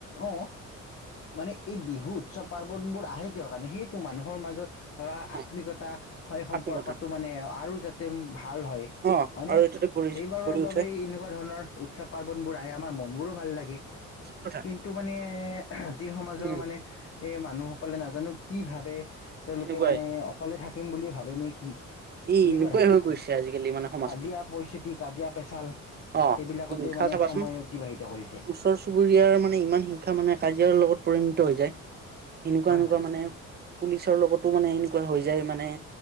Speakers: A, on the left; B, on the right.
A: অ', মানে এইব বিহু উৎচৱ পাৰ্বন বোৰ আহে কিহৰ কাৰণে সেইটো মানুহৰ মাজ ধৰা
B: অ
A: আত্মিকতা হয় সম্পৰ্কটো
B: আত্মীয়তা
A: মানে আৰু যাতে উম ভাল হয় হয়নে?
B: অ আৰু এইটোতে গঢ়ি
A: সেইবাৰৰ
B: গঢ়ি
A: বাবে
B: উঠে
A: এই এনেকুৱা ধৰণৰ উৎচৱ পাৰ্বনবোৰ আহে আমাৰ মন বোৰো ভাল লাগে।
B: ঠিক কথা
A: কিন্তু মানে জিৰ সমাজৰ
B: উম
A: মানে এ, মানুহসকলে নাজানোঁ কি ভাবে তেওঁলোকে
B: এনেকুৱাই
A: মানে অকলে থাকিম বুলিয়েই ভাবে নি কি এনেকুৱা
B: ই এনেকুৱাই
A: ধৰণৰ
B: হৈ
A: মানে
B: গৈছে আজিকালি
A: কাজিয়া
B: মানে সমাজখন
A: পৰিস্থিতি কাজিয়া পেচাল সেইবিলাকতে
B: অ হিংসা
A: মানে
B: চাবাচোন
A: সময় অতিবাহিত কৰিছে।
B: ওচৰ চুবুৰীয়াৰ মানে ইমান হিংখা মানে কাজিয়াৰ লগত পৰিণত হৈ যায় এনুকুৱা
A: হয়
B: এনুকুৱা
A: হয়
B: মানে পুলিচৰ লগতো মানে এনুকুৱা হৈ যায় মানে